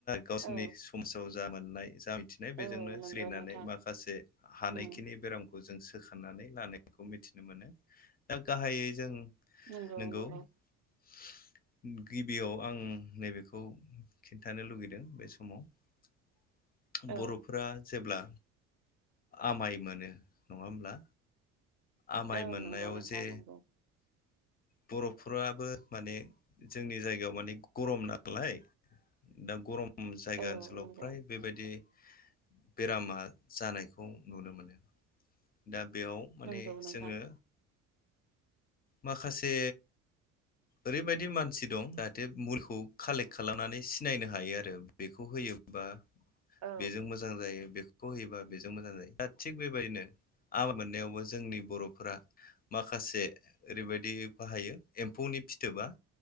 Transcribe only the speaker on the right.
औ
औ नंगौ
नोंथां
उम
नंगौ
नंगौ
औ
औ
नंगौ नोंथां
नंगौ
औ
नंगौ
नंगौ नोंथां
औ